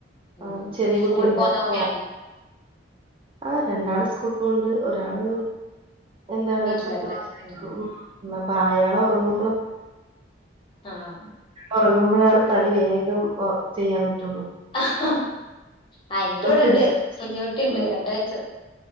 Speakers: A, on the left; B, on the right.
A: ഉം
B: ആ ചെറിയ
A: സ്കൂളിൽ
B: കുട്ടിയുണ്ട്
A: പോകുന്ന
B: അപ്പൊ
A: കുട്ടികൾ
B: ആ രണ്ടാള് സ്കൂൾ പോകണ്ട് ഒരാള് എന്താണ്
A: വീട്ടിലുണ്ട്
B: പത്തു മാസമായിട്ട്
A: ഉം
B: ഒള്ളൂ അയാള് ഉറങ്ങുമ്പോൾ.
A: ആഹ
B: ഉറങ്ങുമ്പോഴാണ് പണി വേഗം ചെയ്യാൻ പറ്റുള്ളൂ
A: ആഹ ആ എനിക്കിവിടെ
B: ഇപ്പം പിടിച്ച്
A: ഉണ്ട് കുഞ്ഞു കുട്ടിണ്ട്
B: ഉം
A: രണ്ട് വയസ്